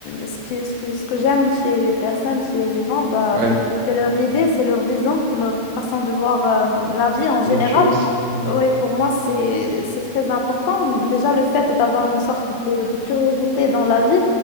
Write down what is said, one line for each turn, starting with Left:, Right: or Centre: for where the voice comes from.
Left: ce que, ce que, ce que j'aime chez les personnes, chez les gens, bah,
Right: ouais,
Left: c'est leur idée, c'est leur vision, leur façon de voir, euh, la vie en général.
Right: les choses. Ouais,
Left: Oui, pour moi, c'est, c'est très important. Déjà, le fait d'avoir une sorte de de curiosité dans la vie